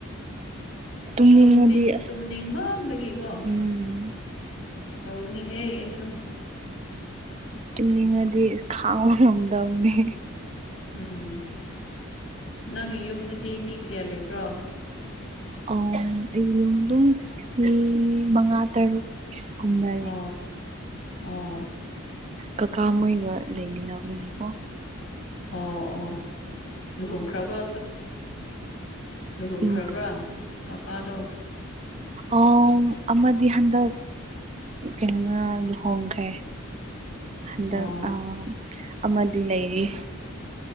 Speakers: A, on the right; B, on the left.
A: ꯇꯨꯝꯅꯤꯡꯉꯗꯤ
B: ꯇꯨꯨꯝꯃꯤ
A: ꯑꯁ
B: ꯇꯨꯝꯅꯤꯡ ꯃꯥꯟꯕꯒꯤꯀꯣ
A: ꯎꯝ
B: ꯇꯧꯕꯅꯤꯍꯦ ꯑꯩꯁꯨ
A: ꯇꯨꯝꯅꯤꯡꯉꯗꯤ ꯈꯥꯡꯕ ꯉꯝꯗꯕꯅꯤ
B: ꯎꯝ ꯅꯪꯒꯤ ꯌꯨꯝꯗꯗꯤ ꯃꯤ ꯀꯌꯥ ꯂꯩꯕ꯭ꯔꯣ
A: ꯑ ꯑꯩ ꯌꯨꯝ ꯑꯗꯨꯝ ꯃꯤ ꯃꯉꯥ ꯇꯔꯨꯛ ꯀꯨꯝꯕ
B: ꯑ ꯑꯣ
A: ꯀꯥꯀꯥ ꯃꯣꯏꯒ ꯂꯩꯃꯤꯟꯅꯕꯒꯤꯀꯣ
B: ꯑꯣ ꯑꯣ ꯂꯨꯍꯣꯡꯈ꯭ꯔꯕ ꯂꯨꯍꯣꯡꯈ꯭ꯔꯕ꯭ꯔꯥ
A: ꯎꯝ
B: ꯀꯀꯥꯗꯣ
A: ꯑ ꯑꯃꯗꯤ ꯍꯟꯗꯛ ꯀꯩꯅꯣꯃ ꯂꯨꯍꯣꯡꯈ꯭ꯔꯦ ꯍꯟꯗꯛ
B: ꯑꯣ
A: ꯑ ꯑꯃꯗꯤ ꯂꯩꯔꯤ